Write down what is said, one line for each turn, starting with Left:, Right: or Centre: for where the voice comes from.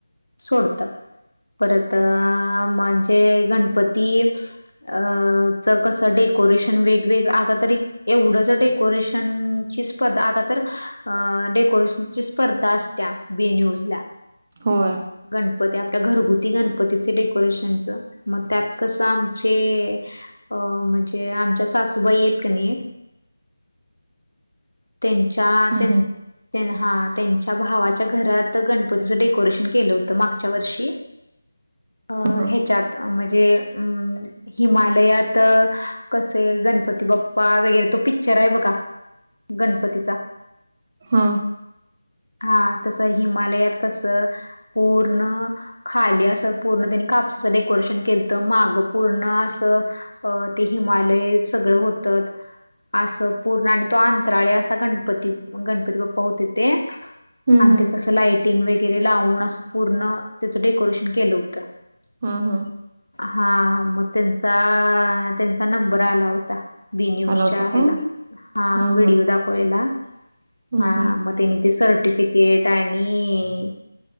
Left: सोडतात. परत म्हणजे गणपती अ च कसं डेकोरेशन वेगवेगळ आता तरी, एवढंच डेकोरेशन ची स्पर्धा आता तर, अ डेकोरेशनची स्पर्धा असत्या बी न्यूजला.
Right: होय.
Left: गणपती आपल्या घरगुती गणपतीचे डेकोरेशनच मग त्यात कसं आमचे आमचे अ म्हणजे आमच्या सासूबाई हायत कनाही. त्यांच्या
Right: हम्म
Left: त्यां
Right: हम्म
Left: हा त्यांच्या भावाच्या घरात गणपतीचं डेकोरेशन केलं होतं मागच्या वर्षी. अ
Right: हा
Left: ह्यच्यात म्हणजे अम हिमालयात कसे गणपती बप्पा वगैरे तो पिक्चर आहे बघा? गणपतीचा.
Right: हा हा
Left: हा तसं हिमालयात कसं पूर्ण खाली अस पूर्ण त्यांनी कापसाचं डेकोरेशन केलंत माग पूर्ण असं अ ते हिमालय सगळं होतत. असं पूर्ण आणि तो आत् आत्राळीं असा गणपती गणपती बाप्पा होतीत ते,
Right: हम्म
Left: आणि
Right: हम्म
Left: त्याच अस लाइटिंग वगैरे लावून असं पूर्ण त्याचं डेकोरेशन केलं होतं.
Right: हा हो.
Left: हा म त्यांचा त्यांचा नंबर आला होता. बी न्यूजच्या
Right: आला होता
Left: हेला
Right: का?
Left: हा
Right: हां,
Left: व्हिडिओ
Right: हां.
Left: दाखवायला
Right: हां,
Left: हा
Right: हां.
Left: म. त्येनी ते सर्टिफिकेट आणि